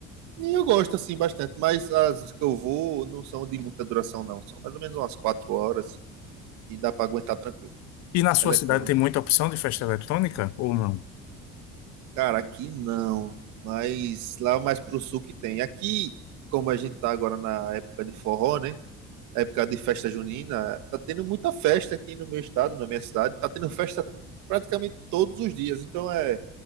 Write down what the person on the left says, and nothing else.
E na sua
cidade tem muita opção de festa eletrônica ou não?